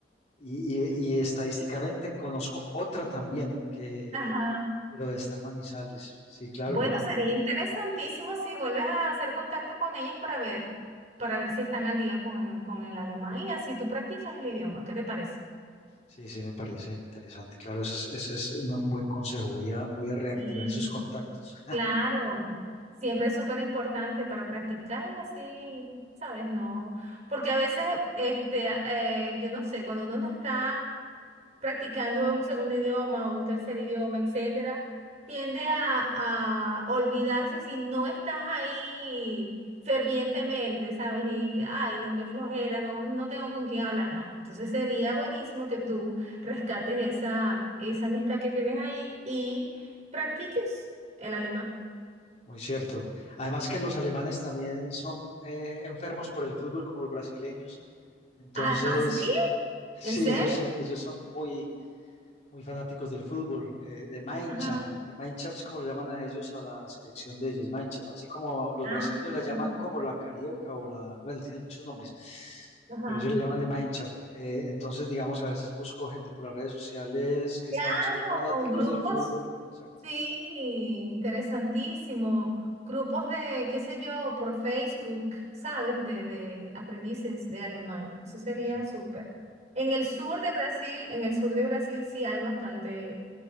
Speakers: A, on the left; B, on the right.
A: Y, y- y estadísticamente conozco otra también, que
B: Ajá.
A: pero está en Manizales. Sí, claro,
B: Bueno,
A: yo con...
B: sería interesantísimo si vuelves a hacer contacto con ellas para ver, para ver si están al día con, con el alemán y así tú practicas el idioma. ¿Qué te parece?
A: Sí, sí, me parece interesante. Claro, ese es, ese es un buen consejo. Voy a, voy a reactivar
B: Sí,
A: esos contactos.
B: claro. Siempre es súper importante para practicar y así, ¿sabes? No, porque a veces, este, eh, yo no sé, cuando uno no está practicando un segundo idioma o un tercer idioma, etcétera, tiende a, a olvidarse si no estás ahí fervientemente, ¿sabes? Y, ay, no, qué flojera, no, no tengo con quién hablar, no. Entonces sería buenísimo que tú rescates esa, esa amistad que tienes ahí y practiques el alemán.
A: <laughs> Muy cierto. Además que los alemanes también son eh, enfermos por el fútbol como los brasileños. Entonces,
B: ¿Ah, ah, sí?
A: sí,
B: ¿En serio?
A: ellos son, ellos son muy, muy fanáticos del fútbol, eh, de Mineshaft.
B: Ajá.
A: De Mineshaft es como le llaman a ellos, a la selección de ellos, Mineshaft. Así como los
B: Ah,
A: brasileños la llaman como la carioca o la, bueno, tienen muchos nombres,
B: ajá.
A: pero ellos le llaman de Mineshaft. Eh, entonces, digamos, a veces busco gente por las redes sociales que
B: Claro,
A: están, son fanáticos
B: grupos,
A: del fútbol. Exacto,
B: Sí, interesantísimo. Grupos de, qué sé yo, por Facebook, ¿sabes? De, de aprendices de alemán. Eso sería
A: exacto.
B: súper. En el sur de Brasil, en el sur de Brasil sí hay bastante,